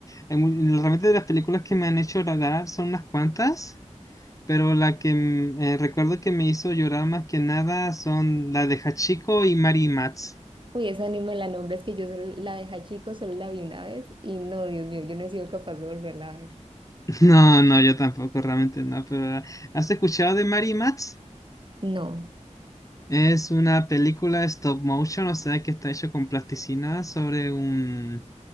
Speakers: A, on the left; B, on the right.
A: hay mu- Realmente de las películas que me han hecho llorar son unas cuantas, pero la que mm, eh, recuerdo que me hizo llorar más que nada son la de Hachiko y Mary Matz.
B: Uy, esa ni me la nombres que yo solo la dejé chico, solo la vi una vez y no, Dios mío, yo no he sido capaz de volverla a ver.
A: <laughs> No, no, yo tampoco, realmente no, pero ¿has escuchado de Mary Matz?
B: No,
A: Es una película stop motion, o sea que está hecho con plasticina sobre un,